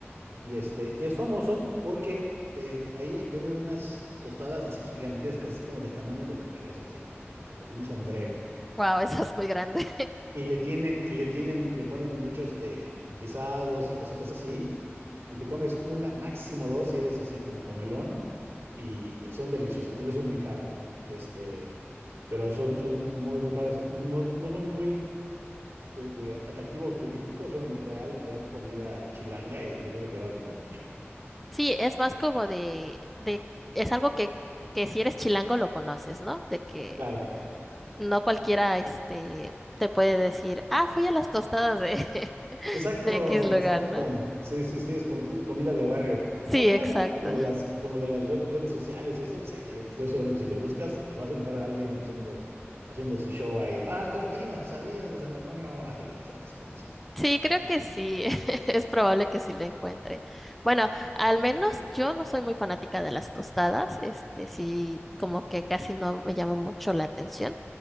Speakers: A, on the right; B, in the centre.
A: y este es famoso porque eh, ahí venden unas tostadas así gigantescas, así como del tamaño de tu cabeza, así como, como de un sombrero.
B: Wow, eso es muy grande.
A: Y le tienen, y le tienen, le ponen muchos este, guisados y cositas así, y te comes una, máximo dos si eres así como comelón, y son deliciosas, y no son muy caras, ¿no? Este pero son, son muy, muy padres. No, no son muy de, de atractivo turístico, son real, real comida chilanga y yo creo que te va a gustar mucho.
B: Sí, es más como de, de, es algo que, que si eres chilango lo conoces, ¿no? De que
A: Claro,
B: no cualquiera, este, te puede decir, ah, fui a las tostadas de,
A: exacto,
B: <laughs> de X lugar,
A: exacto.
B: ¿no?
A: Sí, sí, sí, es como co- comida de barrio.
B: Sí,
A: Aunque
B: exacto.
A: bueno, ahora con lo de las, con lo de las re- redes sociales y eso, sí, yo estoy seguro que si le buscas, eh, vas a encontrar a alguien diciendo, haciendo su show ahí. Ah, estoy aquí en las quesadillas de San Antonio. Así que ya sabes cómo son.
B: Sí, creo que sí, <laughs> es probable que sí lo encuentre. Bueno, al menos yo no soy muy fanática de las tostadas, este, sí, como que casi no me llama mucho la atención.